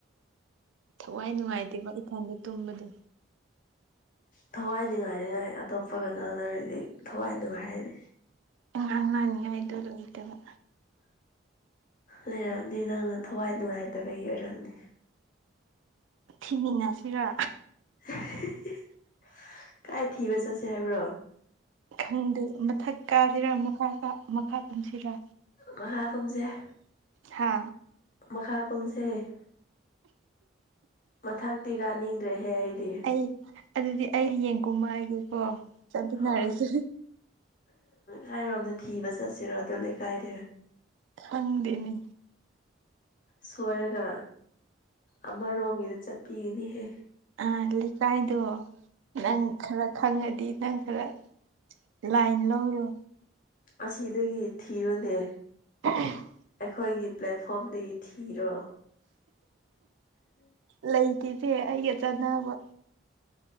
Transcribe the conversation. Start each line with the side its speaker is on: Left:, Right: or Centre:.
Right: ꯊꯋꯥꯏ ꯅꯨꯡꯉꯥꯏꯇꯦꯕ ꯏꯊꯟꯗ ꯇꯨꯝꯕꯗꯣ
Left: ꯊꯋꯥꯏꯅꯤꯉꯥꯏꯅꯤꯉꯥꯏ ꯑꯇꯣꯞꯄꯒ ꯉꯥꯡꯅꯔꯥꯗꯤ ꯊꯋꯥꯏ ꯅꯨꯡꯉꯥꯏ ꯍꯥꯏꯅꯤ
Right: ꯉꯥꯡꯅꯅꯤꯉꯥꯏꯗꯣ ꯂꯩꯇꯕ
Left: ꯂꯩꯔꯝꯅꯤ ꯅꯪꯅ ꯊꯋꯥꯏ ꯅꯨꯡꯉꯥꯏꯇꯕꯒꯤ ꯑꯣꯏꯔꯝꯅꯤ
Right: ꯊꯤꯃꯤꯟꯅꯁꯤꯔꯥ
Left: <unintelligible> ꯀꯥꯏ ꯊꯤꯕ ꯆꯠꯁꯦ ꯍꯥꯏꯕ꯭ꯔꯣ
Right: ꯈꯪꯗꯦ ꯃꯊꯛ ꯀꯥꯁꯤꯔꯥ ꯃꯈꯥ ꯀꯥ ꯃꯈꯥ ꯀꯨꯝꯁꯤꯔꯥ
Left: ꯃꯈꯥꯀꯨꯝꯖꯦ
Right: ꯍꯥ
Left: ꯃꯈꯥ ꯀꯨꯝꯁꯩ ꯃꯊꯛꯇꯤ ꯀꯥꯅꯤꯡꯗ꯭ꯔꯦꯍꯦ ꯑꯩꯗꯤ
Right: ꯑꯩ ꯑꯗꯨꯗꯤ ꯑꯩ ꯍꯌꯦꯡ ꯀꯨꯝꯃ ꯑꯒꯦꯀꯣ ꯆꯠꯃꯤꯟꯅꯔꯁꯤ
Left: ꯍꯣꯏ ꯀꯥꯏꯔꯣꯝꯗ ꯊꯤꯕ ꯆꯠꯁꯤꯔꯣ ꯑꯗꯨ ꯂꯩꯀꯥꯏꯗꯤ
Right: ꯍꯪꯗꯦꯅꯤ
Left: ꯁꯣꯏꯔꯒꯥ ꯑꯃꯔꯣꯝꯒꯤꯗ ꯆꯠꯄꯤꯒꯅꯤꯍꯦ
Right: ꯑꯥ ꯂꯩꯀꯥꯏꯗꯣ ꯅꯪ ꯈꯔ ꯈꯪꯉꯗꯤ ꯅꯪ ꯈꯔ ꯂꯥꯏꯟ ꯂꯧꯔꯣ
Left: ꯑꯁꯤꯗꯒꯤ ꯊꯤꯔꯣꯅꯦ
Right: <unintelligible>
Left: ꯑꯩꯈꯣꯏꯒꯤ ꯄ꯭ꯂꯦꯠꯐꯣꯝꯗꯒꯤ ꯊꯤꯔꯣ
Right: ꯂꯩꯇꯦꯅꯦ ꯑꯩꯒ ꯆꯥꯟꯅꯕ